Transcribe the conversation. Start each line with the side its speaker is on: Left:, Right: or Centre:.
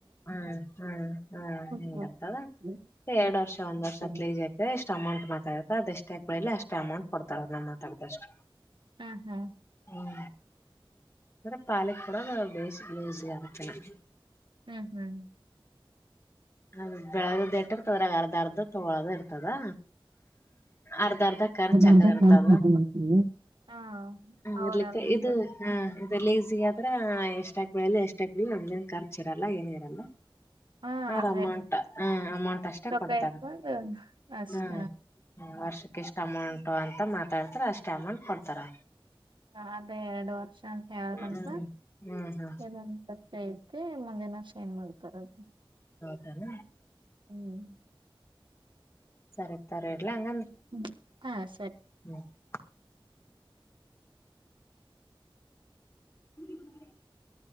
Left: ಹ್ಮ್ ಹ್ಮ್ ಹ್ಮ್ ಹೆಂಗ
Right: ಹ್ಮ್
Left: ಇರ್ತದ
Right: ಹ್ಮ್
Left: ಎರಡ್ ವರ್ಷ ಒಂದ್ ವರ್ಷಲೀಜ
Right: ಹ್ಮ್
Left: ಈಸ್ಟ್ ಎಷ್ಟ್ ಅಮೌಂಟ್ ಮಾತಾ ಆಡಿರ್ತಾರ ಅದೆ ಎಷ್ಟ ಆಗ್. ಲ್ಲಿ ಅಷ್ಟೇ ಅಮೌಂಟ್ ಕೊಡ್ತಾರ ನಾ ಮಾತಾಡಿದಷ್ಟು.
Right: ಹ್ಮ್ ಹ್ಮ್.
Left: ಹ್ಮ್ ಅಂದ್ರೆ ಪಾಲಿಕ್ ಬರೋದು ಬೇಸ ಬೇಸಿ ಆಗುತ್ತೆ ನನಗೆ.
Right: ಹ್ಮ್. ಹ್ಮ್.
Left: ಹ ಬೆಳದ. ತೋರ ಅರ್ದ ಅರ್ಧ ತಗೊಳ್ಳೋದು ಇರ್ತ. ಅದಾ. ಅರ್ಧ ಅರ್ಧ ಖರ್ಚ ಆಕದ
Right: ಅರ್ಧ
Left: ಇರ್ತದ
Right: ಕರ್ಕ್ ಹಾಕೊಂಡ್ಬರ್ತೀವಿ ಹಾ ಅವ್ರ
Left: ಇರ್ಲಿಕ್ಕೆ
Right: ಅರ್ಧ
Left: ಇದು ಹ್ಮ ಇದು ಲೇಸಿ. ಅಂದ್ರ ಎಷ್ಟಾಕ್ಬಳಲ್ಲ ಎಷ್ಟಕಾ ಇರ್ಲಿ ನಮ್ದನ್ ಖರ್ಚು ಇರಲ್ಲ ಏನು ಇರಲ್ಲ.
Right: ಹಾ
Left: ಅವ್ರ
Right: ಅದೇ
Left: ಅಮೌಂಟ್ ಹ ಅಮೌಂಟ್ ಅಷ್ಟೇ
Right: ರೊಕ್ಕ
Left: ಕೊಡ್ತಾರ
Right: ಇಸ್ಕೊಂಡು ಅಷ್ಟ
Left: ಹ್ಮ ವರ್ಷಕ್ಕೆ ಎಷ್ಟ ಅಮೌಂಟ್ ಅಂತ ಮಾತಾಡ್ತ. ತರ ಅಷ್ಟೇ ಅಮೌಂಟ್ ಕೊಡ್ತಾರ.
Right: ಹ ಅದೇ ಎರಡ್ ವರ್ಷ ಅಂತ ಹೇಳಕಂತ
Left: ಹ್ಮ್ ಹ್ಮ್ ಹ್ಮ್
Right: ಇದಂತ. ಸೈತಿ. ಮುಂದಿನ್ ವರ್ಷ ಏನ್ ಮಾಡ್ತಾರಂತ.
Left: ತಲ.
Right: ಹ್ಮ್
Left: ಸರಿ ತೋರ ಇಡ್ಲ ಹಂಗಂದ್
Right: ಹ್ಮ ಹಾ ಸರಿ.
Left: <unintelligible> <unintelligible>